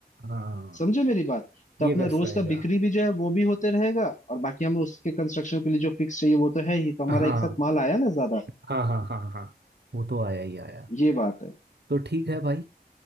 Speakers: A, on the right (about 85°); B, on the left (about 45°).
A: हाँ
B: समझे मेरी बात तो
A: ये
B: अपना
A: बेस्ट
B: रोज
A: रहेगा
B: का बिक्री भी जो है वो भी होते रहेगा और बाकी हमें उसके कंस्ट्रक्शन के लिए जो फिक्स चाहिए वो तो है ही तो हमारा
A: हाँ
B: एक साथ माल आया ना ज्यादा
A: हाँ हाँ हाँ हाँ हाँ। वो तो आया ही आया
B: ये बात है
A: तो ठीक है भाई